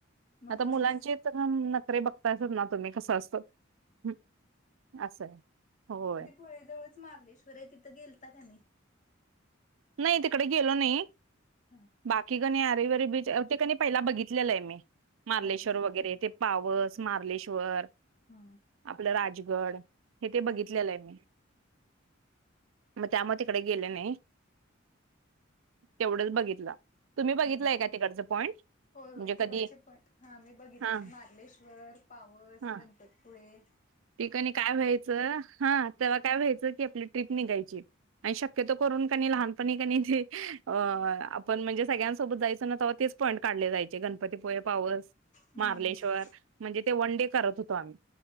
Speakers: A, on the left; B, on the right.
A: मग
B: आता मुलांचे
A: अम,
B: नखरे बघतायच ना तुम्ही, कसं असत. ह असं आहे. होय.
A: <unintelligible> मारलेश्वर आहे, तिथं गेलता की नाही?
B: नाही तिकडे गेलो नाही.
A: हा.
B: बाकी कणी अरे वारे बीच, ते कणी पहिला बघितलेलं आहे मी. मार्लेश्वर
A: बघितलं होत
B: वगैरे ते. पावस, मार्लेश्वर.
A: हा.
B: आपलं राजगड. हे ते
A: हा
B: बघितलेलं आहे मी. मग त्यामूळ तिकड गेले नाही. तेवढंच बघितलं. तुम्ही बघितलंय
A: बघित
B: का तिकडचं पॉईंट
A: होय होय.
B: म्हणजे
A: तिकडचे
B: कधी
A: पण. हा मी बघितलेत.
B: हा
A: मार्लेश्वर, पावस
B: हा
A: गण होय.
B: ते कानी काय व्हायच हा तेव्हा काय व्हायच, की आपली ट्रिप निघायची आणि शक्यतो करून कनी लहानपणी क अ आपण म्हणजे, सगळ्यांसोबत जायच ना तेव्हा तेच पॉईंट काढले जायचे, गणपतीपुळे पाऊस
A: हम्म
B: महाार्लेश्वर म्हणजे ते वन डे करत होतो आम्ही.